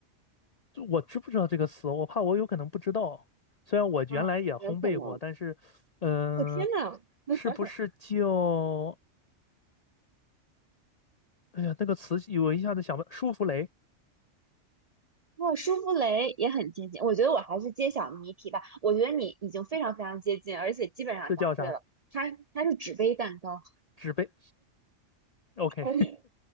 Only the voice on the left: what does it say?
就我知不知道这个词？我怕我有可能不知道。虽然我原来也烘焙过，
但是，嗯、
是不是叫？哎呀，那个词我一下子想不，舒芙蕾
是叫啥？
纸杯？OK